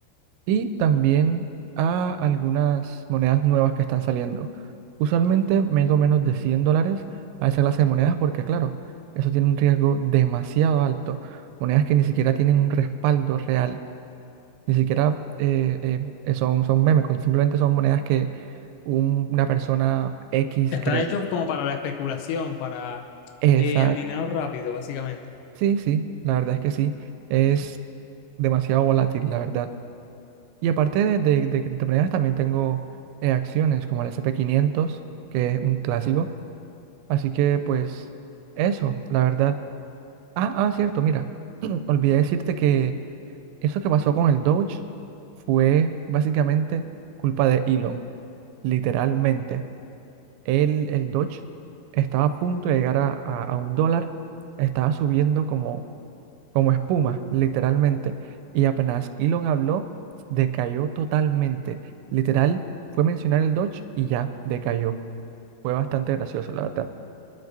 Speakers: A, on the right (about 85°); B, on the left (about 80°).
A: y también a algunas monedas nuevas que están saliendo. Usualmente meto menos de 100 dólares a esa clase de monedas porque, claro, eso tiene un riesgo demasiado alto. Monedas que ni siquiera tienen un respaldo real, ni siquiera eh, eh, eh, son, son meme coins, simplemente son monedas que un- una persona X
B: Están
A: creo.
B: hechos como para la especulación, para
A: Esa,
B: eh, el dinero rápido, básicamente.
A: sí, sí, la verdad es que sí, es demasiado volátil, la verdad. Y aparte de, de, de criptomonedas, también tengo eh, acciones como el S&P 500, que es un clásico. Así que, pues, eso, la verdad. Ah, ah, cierto, mira, <clears throat> olvidé decirte que eso que pasó con el Doge fue básicamente culpa de Elon, literalmente. El, el Doge estaba a punto de llegar a, a, a un dólar, estaba subiendo como como espuma, literalmente. Y apenas Elon habló, decayó totalmente. Literal, fue mencionar el Dodge y ya decayó. Fue bastante gracioso, la verdad.